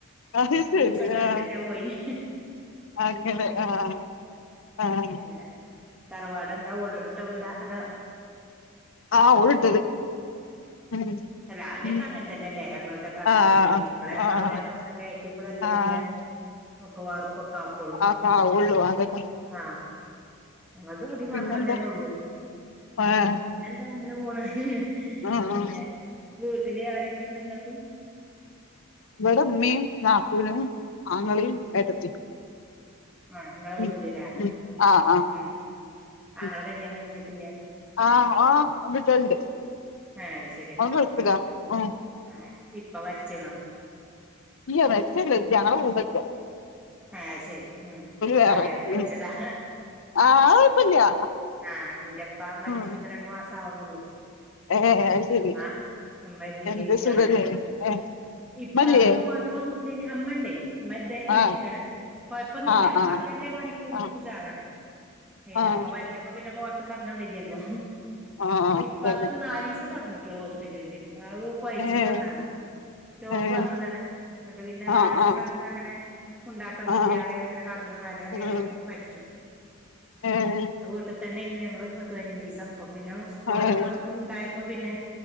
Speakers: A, on the left (about 65°); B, in the centre.
A: അത് ശരി
B: ജൂസൊക്കടിച്ചെച്ചാ
A: ആഹ്
B: പോയിനെ
A: അങ്ങനെ ആഹ് ആഹ്
B: പിന്നെ തറവാട എന്താ ഒട്ട വീടാ അതോ
A: ആഹ് ഒൾട്ടത് ഉം
B: അല്ലാ ആദ്യൊക്കെ
A: ഉം
B: അങ്ങനെ തന്നെല്ലേ ഞങ്ങളുടെൊക്കെ അങ്ങനെ
A: ആഹ്
B: തന്നെ ഇനി ഇപ്പളെ
A: ആഹ്
B: ഭാവന സ്വന്തം കയറ്റുമ്പോളല്ലേ
A: ആഹ്
B: പിന്നെ ഒക്ക വാർപ്പൊക്കാകൊള്ളു
A: ആക്കാഹൊള്ളു അതെന്നെ
B: ആഹ ഞങ്ങൾതും അടി
A: പിന്നെന്താ
B: മാത്രം തന്നെയൊള്ളൂ
A: ആഹ്
B: പിന്നെന്താ അങ്ങനെ പോണ്
A: ആഹ്
B: പിന്നെ വീട്ടില് ആരെക്കെ ഇണ്ട്ങ്ങക്ക്?
A: ഇവടെ ഇമ്മിം, നാത്തൂനും, ആങ്ങളിം, ഏട്ടത്തിം
B: ആഹ് ഇങ്ങളെ
A: ഉം
B: വീട്ടിലില്ലേ
A: ഉം ആഹ് ആഹാ
B: ഉം ആങ്ങളെ
A: ഉം
B: കല്യാണം കഴിഞ്ഞിട്ടില്ലേ
A: ആഹ് ആ രണ്ട്ട്ട്യള്ണ്ട്
B: ഏഹേ അഹ്ശെരി
A: അവൻ ഗൾഫിലാ ഉം
B: ആ ഇപ്പ മര്ച്ച്ണോ?
A: ഇല്ല്യ മെര്ച്ചെല്ല ഇല്ല്യ ഞങ്ങളെ കൂടെല്ല്യ
B: ഏഹേ അഹ്ശെരി ഉം
A: വേറെ
B: അറിയതെ ചോയ്ച്ചെതാ
A: ഉം ആഹ് അത് കൊഴപ്പല്ല
B: ആഹ് ഇന്റെപ്പാ മര്ച്ചിട്ട്പ്പം
A: ഉം
B: രണ്ടു മാസാവ്ണൊള്ളു
A: ഏഹ് അത് ശരി
B: ഇമ്മ ഇമ്മദ്ധീലിര്ക്കാണ്.
A: എന്ത് സുഖല്ലേ ഏഹ്
B: ഇപ്പാക്ക്
A: ഇമ്മല്ലേ
B: കൊഴപ്പൊന്നുല്ലേനി ആ ഇമ്മണ്ടേ ഇമ്മദ്ധേ
A: ആഹ്
B: ക്കാണ് കൊഴപ്പൊന്നുല്ല
A: ആഹ്
B: ഇമ്മാക്കെല്ലേ
A: ആഹ്
B: പണിക്കും
A: ആഹ്
B: ഉഷാറാണ് പിന്നെപ്പ
A: ആഹ്
B: മര്ച്ച അപ്പം പിന്നെപ്പം പൊർത്ത്ക്കെറങ്ങാ ബെജ്ജല്ലോ
A: ആഹ്
B: ഇപ്പാക്ക്
A: തന്നെ
B: നാലീസം കട്ന്നട്ടൊ ത്തൊ ഹോസ്പിറ്റൽല് അഹൂ കൊഴച്ചില്
A: ഏഹ്
B: വന്നാണ് ഷോക്ക്
A: ഏഹ്
B: വന്നതാണ് ഇന്നട്ട് പിന്നെ
A: ആഹ്
B: നലീസം
A: ആഹ്
B: കടന്നങ്ങനെ മുണ്ടാട്ടൊന്നുല്ലാതെ
A: ആഹ്
B: അങ്ങനെ കടന്ന് നാലാം ദിവസം
A: ഉം
B: മരിച്ചു
A: ഏഹ്
B: പ്പൊ വീട്ട് തന്നെഞ്ഞു ഞങ്ങള് പത്ത് പയ്നെഞ്ചീസം ഇപ്പെപിന്നെ സ്കൂളൊക്കെ
A: ഏഹ്
B: തൊറന്ന് ണ്ടായപ്പ പിന്നെ